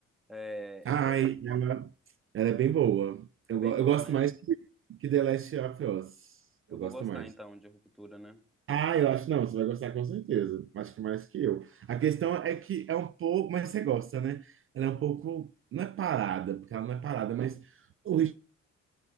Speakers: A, in the centre; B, on the right.
A: É,
B: Ai,
A: eu-
B: ela, ela é bem boa.
A: é
B: Eu,
A: bem
B: go-
A: boa,
B: eu gosto
A: né?
B: mais que, que The Last of Us.
A: Eu
B: Eu
A: vou
B: gosto
A: gostar
B: mais.
A: então de Ruptura, né?
B: Ah, eu acho não, você vai gostar com certeza. Acho que mais que eu. A questão é que é um pouco, mas você gosta, né? Ela é um pouco, não é parada, porque ela não é parada, mas o ritmo